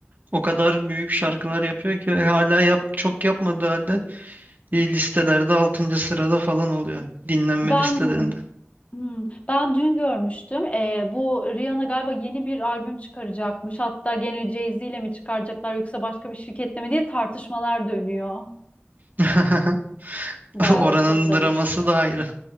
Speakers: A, on the right (about 45°); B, on the left (about 30°).
A: o kadar büyük şarkılar yapıyor ki hala yap çok yapmadığı halde e, listelerde altıncı sırada falan oluyor dinlenme
B: Ben
A: listelerinde.
B: Hmm, ben dün görmüştüm. Ee, bu Rihanna galiba yeni bir albüm çıkaracakmış. Hatta gene Jay-Z ile mi çıkaracaklar yoksa başka bir şirketle mi diye tartışmalar dönüyor.
A: <laughs>
B: <laughs> Bayağı
A: Oranın
B: o konuda.
A: draması
B: yani.
A: da ayrı.